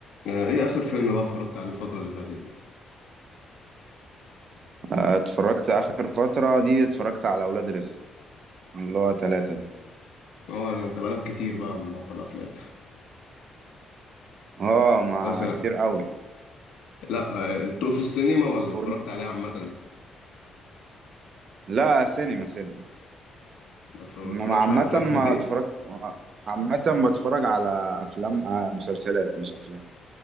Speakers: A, on the left; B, on the right.
A: آه، ايه اخر فيلم بقى اتفرجت عليه الفترة اللي فاتت دي؟
B: آه، اتفرجت اخر فترة دي اتفرجت على اولاد رزق اللي هو ثلاثة ده
A: اه انت بقالك كتير بقى مبطل افلام
B: اه مع
A: <laughs> مثلا
B: كتير قوي
A: لا آه، تقصد السينما ولا اتفرجت
B: وانت-
A: عليه عامة؟
B: لا سينما سينما
A: ما اتفر- ما
B: انما
A: اتفرجش
B: عامة
A: على افلام
B: ما
A: في البيت؟
B: اتفرجت آه، عامة بتفرج على افلام آه مسلسلات مش افلام